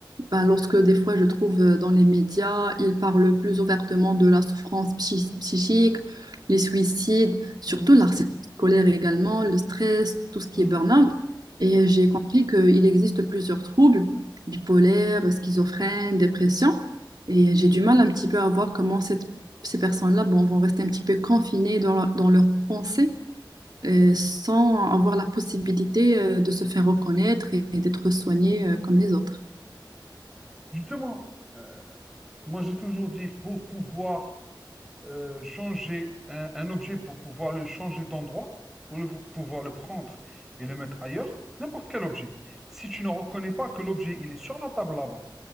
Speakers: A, on the right (about 60°); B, in the centre.
A: bah, lorsque des fois je trouve euh, dans les médias, ils parlent plus ouvertement de la souffrance psy- psychique, les suicides, surtout
B: Mhm,
A: le harcèlement scolaire également, le stress, tout ce qui
B: mhm.
A: est burn-out. Et
B: Ouais.
A: j'ai compris qu'il existe plusieurs troubles, bipolaire, schizophrène, dépression. Et j'ai du mal un petit peu à voir comment cette- ces personnes-là bon, vont rester un petit peu confinées dans leur, dans leurs pensées euh, sans avoir la possibilité euh, de se faire reconnaître et, et d'être soigné euh, comme les autres.
B: Justement, euh, moi, j'ai toujours dit, pour pouvoir euh, changer un, un objet pour pouvoir le changer d'endroit ou le, pouvoir le prendre et le mettre ailleurs, n'importe quel objet. Si tu ne reconnais pas que l'objet il est sur la table là-bas